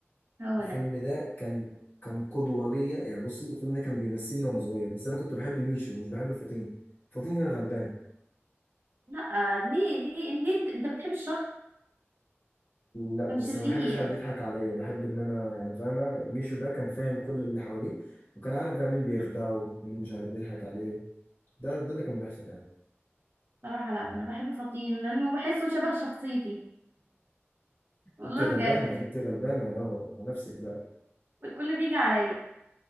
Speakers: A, on the right (about 50°); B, on the left (about 40°).
A: هو
B: الفيلم
A: ده
B: ده كان كان قدوة ليا يعني بصي الفيلم ده كان بيمثلني وأنا صغير بس أنا كنت بحب ميشو مش بحب فطين فطين كان غلبان
A: لا ليه ليه ليه انت, انت بتحب الشر
B: لا
A: كان
B: بس
A: شرير
B: ما بحبش حد يضحك عليا بحب إن أنا يعني فاهمة ميشو ده كان فاهم كل اللي حواليه وكان عارف بقى مين بيخدعه مين مش عارف بيضحك عليه ده ده اللي كان بيحصل يعني
A: صراحة لا انا بحب فطين لانه بحسه شبه شخصيتي والله
B: أنت غلبانة
A: بجد
B: أنت غلبانة يا يارا على نفسك بقى
A: والكل بيجي عليا